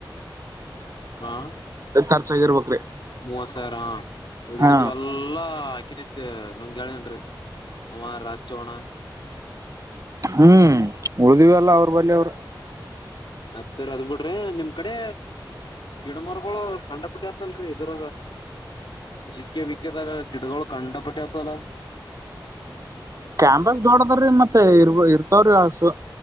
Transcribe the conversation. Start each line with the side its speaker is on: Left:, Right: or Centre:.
Left: ಹ
Right: ಖರ್ಚಾಗಿರ್ಬೇಕ್ರಿ
Left: ಮೋವಸರ ಉಡುಕಿದ
Right: ಹಾ
Left: ಎಲ್ಲ ಹಾಕಿನ ನಂಗ್ಗೆಳನ್ರಿ ಅವ ರಚೋಣ
Right: ಹ್ಮ್ ಉಳಿದಿವ ಅಲ್ಲ ಅವರು ಬನ್ನಿ ಅವ್ರು
Left: ಮತ್ತೇರಿ ಅದ್ ಬಿಿಡ್ರಿ ನಿಮ್ ಕಡೆ ಗಿಡ ಮರಗಳು ಕಂಡಪಟ್ಟಿ ಆತಲ್ರಿ ಇದರ ಜಿಕ್ಕ ಬಿಕ್ಕದಾಗ ಗಿಡಗಳು ಕಂಡಪಟ್ಟಿ ಆತಲ್ಲ
Right: ಕ್ಯಾಂಪಸ್ ದೊಡದ್ರೀ ಮತ್ತೆ ಇರ್ ಇರ್ತವ್ರಿ ಅಸ